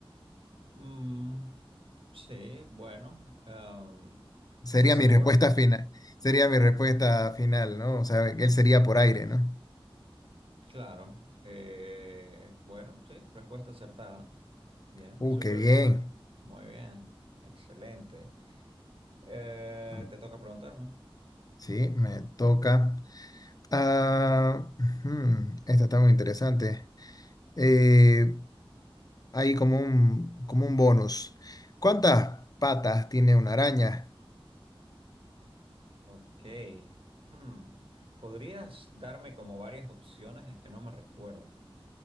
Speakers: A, on the right; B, on the left.
A: Mm, sí, bueno, em,
B: Sería
A: ¿estás seguro?
B: mi respuesta final, sería mi respuesta final, ¿no? O sea, él sería por aire, ¿no?
A: Claro, eh, bueno, sí, respuesta acertada. Bien,
B: Uh,
A: súper
B: qué bien.
A: bien, muy bien, excelente. Eh,
B: Mm,
A: te toca preguntarme.
B: Sí, me toca. Ah, ujú, esta está muy interesante. Eh, hay como un, como un bonus. ¿Cuántas patas tiene una araña?
A: Ok, hmm, ¿Podrías darme como varias opciones? Es que no me recuerdo.